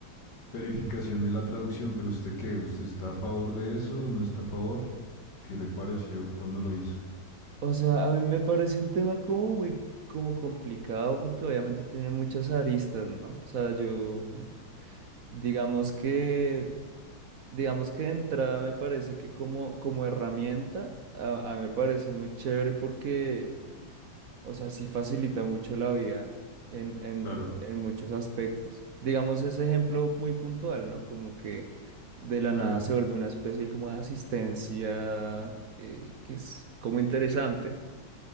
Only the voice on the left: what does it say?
verificación de la traducción, pero usted qué, ¿usted está a favor de eso? ¿No está a favor? ¿Qué le pareció cuando lo hizo?
Claro,
claro.